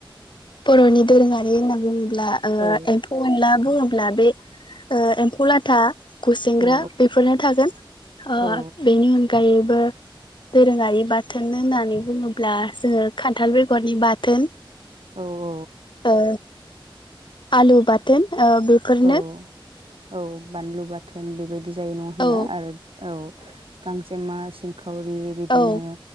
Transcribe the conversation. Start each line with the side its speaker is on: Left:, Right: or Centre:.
Left: बर' नि दोरोंङारि होनना अब्ला ओ
Right: औ
Left: एम्फौ एनला बुङोब्ला बे ओ एम्फौ लाथा। गुसेेंग्रा
Right: औ
Left: बेफोरनो थागोन ओ
Right: औ
Left: बेनि उन अनगायैबो दोरोङारि बाथोन होननानै बुङोब्ला जोङो खान्थाल बेगरनि बाथोन
Right: औ औ।
Left: ओ आलु बाथोन ओ बेफोरनो।
Right: औ औ बानलु बाथोन बेबायदि जायो नङा होनबा
Left: औ
Right: आरो औ गांजेमा सि फावरि बिदिनो
Left: औ